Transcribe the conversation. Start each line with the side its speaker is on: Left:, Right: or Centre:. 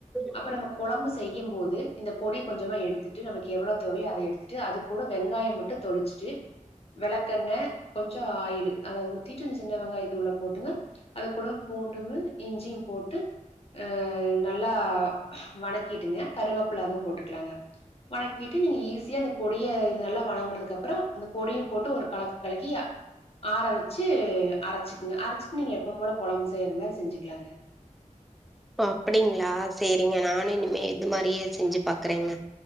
Centre: உம்
Left: அப்ப நம்ம கொழம்பு செய்யம் போது இந்த பொடிய கொஞ்சமாக எடுத்துட்டு நம்மளுக்கு எவ்வளோ தேவையோ அத எடுத்துட் டு அது கூட வெங்காய மட்டு தொளிச்சுட்டு விளக்கெண்ண கொஞ்ச ஆயிலு அத ஊத்திட்டு அந்த சின்ன வெங்காயத்த உள்ள போட்டுங்க அது கூட பூண்டுமு இஞ்சியு போட்டு ஆ நல்லா வணக்கிட்டுங்க கருவேப்பலது போட்டுக்கலாங்க வணக்கிட்டு நீங்க ஈஸியா இந்த பொடிய இது நல்லா வணங்குனதுக்கு அப்பற இந்த பொடியும் போட்டு ஒரு கலக்கு கலக்கி ஆற வச்சு அரைச்சுக்குங்க அரைச்சிட்டு நீங்க எப்பம் போல கொழம்பு செய்யற மாரி செஞ்சுக்குலாங்க
Centre: ஓ அப்டிங்களா செரிங்க நானு இனிமே இது மாரியே செஞ்சு பாக்குறேங்க